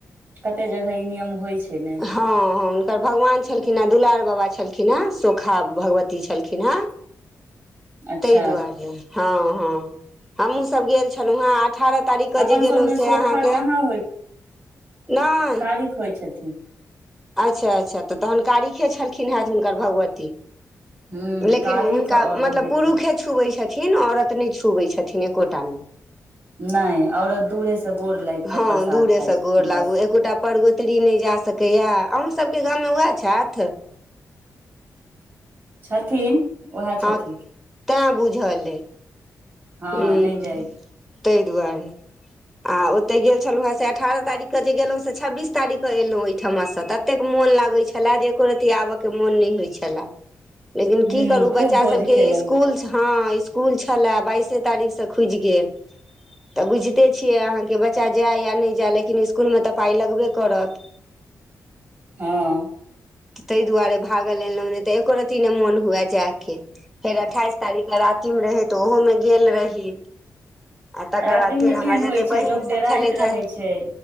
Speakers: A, on the right; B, in the centre.
A: कतऽ जगह ई नियम होइ छै ने।
B: हँ हँ, हुनकर भगवान छलखिन हेँ, दुलार बाबा छलखिन हेँ, सोखा भगवती छलखिन हेँ।
A: <inaudible> अच्छा
B: ताहि दुआरे हँ हँ, हमहुँ सभ गेल छलहुँ हेँ। अठारह तारीखके
A: अपन
B: जे गेलहुँ
A: सबमे
B: से
A: सोखा
B: अहाँके
A: कहाँ
B: नहि।
A: कि होइ छथिन
B: अच्छा अच्छा, तऽ तखन कारीखे छलखिन हेतनि हुनकर भगवती।
A: हूँ
B: लेकिन
A: कारिख
B: हुनका,
A: आओर
B: मतलब
A: ओ हेथिन
B: पुरुषे छुबैत छथिन, औरत नहि छुबैत छथिन, एकोटा नहि।
A: नहि, औरत दूरेसँ गोर लागि कऽ
B: हँ
A: प्रसाद
B: दूरेसँ
A: खाइ छथिन,
B: गोर लागू
A: बस।
B: एकोटा परगोतरी नहि जा सकैया अहूँ सबके गाममे वैह छथि?
A: छथिन वैह
B: हँ
A: छथिन।
B: तैँ बुझल अइ
A: हँ
B: ह
A: नहि जाइ छी
B: ताहि दुआरे। आ ओतय गेल छलहुँ हँ से अठारह तारीखकेँ जे गेलहुँ से छब्बीसारीखकेँ एलहुँ ओहिठमासँ तऽ ततेक मोन लागैत छला जे एको रती आबय के मोन नहि होय छला।
A: <inaudible>
B: लेकिन
A: हूँ
B: की करू
A: खूब
B: बच्चा
A: भोज
B: सबके
A: खेलहुँ
B: स्स्कूल हँ इ स्कूल छला बाइस तारीख स खुजी गेल त बुझते छीय आहा के बच्चा जाय या न जाय लेकिन इसकुलमे तऽ पाइ लगबे करत।
A: हँ
B: ताहि दुआरे भागल एलहुँ नहि तऽ एको रती नहि मोन हुवे जायके। फेर अठाइस तारीख के राति मे रहय तऽ ओहु मे गेल रही। आ तकर
A: रातिमे
B: बाद फेर हमर
A: केहन
B: जतेक
A: होइ छैय
B: बहीनसभ
A: लोक डराइत
B: छलथि
A: रहै
B: हे
A: छैय।